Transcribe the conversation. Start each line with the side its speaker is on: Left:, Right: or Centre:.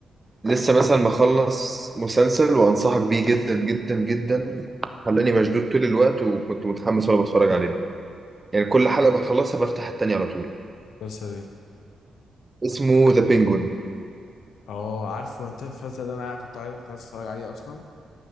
Right: لسه مثلا مخلص مسلسل وانصحك بيه جدا جدا جدا خلاني مشدود طول الوقت وكنت متحمس وانا بتفرج عليه يعني كل حلقه بخلصها بفتح التانية على طول
Left: مسلسل ايه
Right: اسمه ذا بينجون
Left: اه عارفه أنا بتاع- المسلسل ده انا كنت عايز كنت عايز اتفرج عليه اصلا